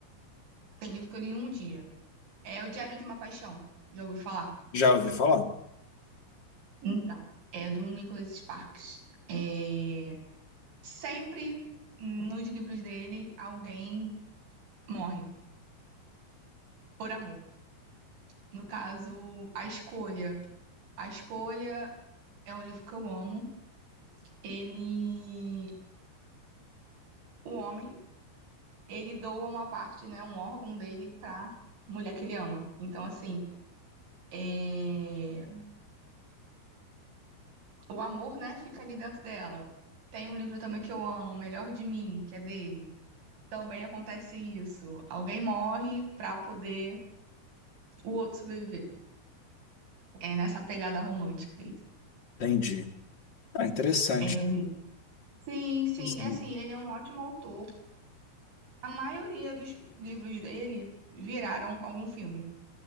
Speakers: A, on the right; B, on the left.
A: tem livro que eu li em um dia. É O Diário de uma Paixão, já ouviu falar?
B: Já ouvi falar?
A: Então, é do Nicholas Sparks. É, sempre nos livros dele alguém morre. Por Amor. No caso, A Escolha. A Escolha é um livro que eu amo. Ele, o homem, ele doa uma parte, né, um órgão dele pra mulher que ele ama. Então, assim, é, o amor, né, fica ali dentro dela. Tem um livro também que eu amo, O Melhor de Mim, que é dele. Também acontece isso. Alguém morre pra poder o outro sobreviver. É nessa pegada romântica aí.
B: Entendi. Ah, interessante.
A: É um- Sim, sim,
B: Interessante.
A: é assim, ele é um ótimo autor. A maioria dos livros dele viraram algum filme.